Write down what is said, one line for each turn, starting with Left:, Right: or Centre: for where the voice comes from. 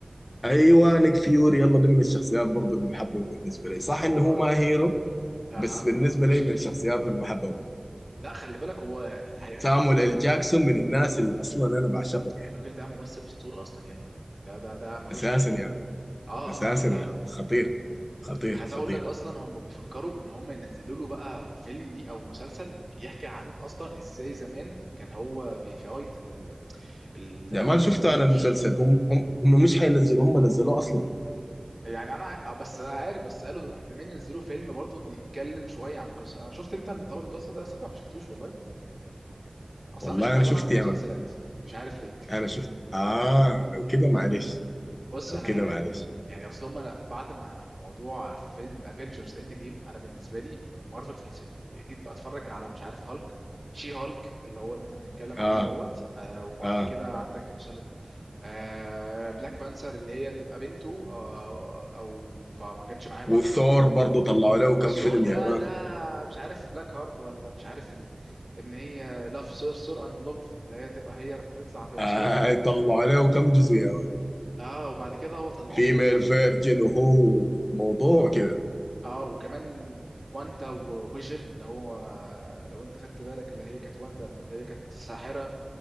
Left: ايوه نيك فيوري يلا ده من الشخصيات برضه المحببه بالنسبه لي صح
Right: هو
Left: انه هو
Right: آه،
Left: ما هيرو
Right: اها
Left: بس بالنسبه
Right: هو مش
Left: لي من
Right: هير
Left: الشخصيات المحببه
Right: لا خلي بالك هو حقيقة
Left: سامويل
Right: اللي سمعت
Left: ال جاكسون من الناس اللي اصلا انا بعشقه يعني
Right: الراجل ده ممثل اسطوره اصلا يا ابني ده ده ده ملوش
Left: اساسا
Right: حل
Left: يعني
Right: اه آه،
Left: اساسا
Right: آه، آه، لا
Left: يا
Right: لا
Left: ولد. خطير خطير
Right: عايز
Left: خطير
Right: اقول لك اصلا هم بيفكروا ان هم ينزلوا له بقى فيلم ليه او مسلسل بيحكي عن اصلا ازاي زمان كان هو بيفايت ال- ال- ال-
Left: يا
Right: الم-
Left: مان
Right: الوحوش
Left: شفته انا المسلسل هم هم هم مش حينزلوا هم نزلوه اصلا
Right: يعني انا ع- بس عارف بس قالوا احتمال ينزلوا فيلم برضه بيتكلم شويه عن قصه انا شفت انت طب المسلسل ده أنا صدق ما شفتوش والله اصلا
Left: والله
Right: مش مقتنع
Left: انا شفت
Right: بالمسلسلات
Left: يا مان
Right: مش عارف ليه
Left: انا شفت اه لو كده معلش
Right: بص
Left: لو
Right: انا
Left: كده
Right: يعني
Left: معلش
Right: يعني اصل هم أنا بعد ما موضوع فيلم افنجرز اند جيم انا بالنسبه لي مارفل خلصت جيت بقى اتفرج على مش عارف هالك شي هالك اللي هو اللي انت بتتكلم عليه
Left: اه
Right: دوت آه وبعد
Left: اه
Right: كده عندك مثلا آه بلاك بانثر اللي هي تبقى بنته آه او فما جاتش معايا برضو
Left: وثور
Right: سكه
Left: برضه طلعوا له كم
Right: ثور
Left: فيلم
Right: ده
Left: يا مان
Right: ده مش عارف بلاك هارت ولا مش عارف ال... ان هي لاف ثور ثور اند لوف اللي هي تبقى هي تطلع تبقى
Left: آه
Right: ثور
Left: طلعوا له كم جزء يا مان
Right: اه وبعد كده هو طلعوه
Left: فيميل
Right: بس
Left: فيرجن وهو وموضوع كده
Right: اه وكمان واندا وفيجن اللي هو لو انت خدت بالك اللي هي كانت واندا اللي هي كانت ساحرة